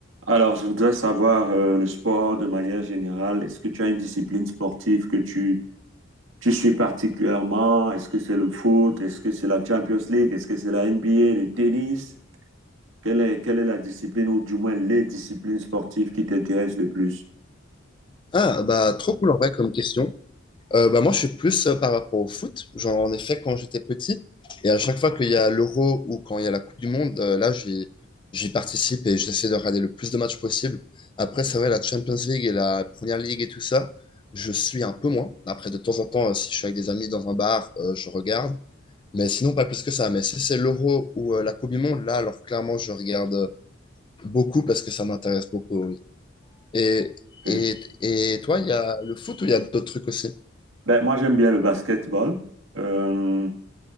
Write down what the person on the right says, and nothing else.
Alors, je voudrais savoir euh, le sport de manière générale. Est-ce que tu as une discipline sportive que tu, tu suis particulièrement? Est-ce que c'est le foot? Est-ce que c'est la Champions League? Est-ce que c'est la NBA, le tennis? Quelle est, quelle est la discipline ou du moins les disciplines sportives qui t'intéressent le plus?
Ok.
Ben, moi, j'aime bien le basketball. Euh,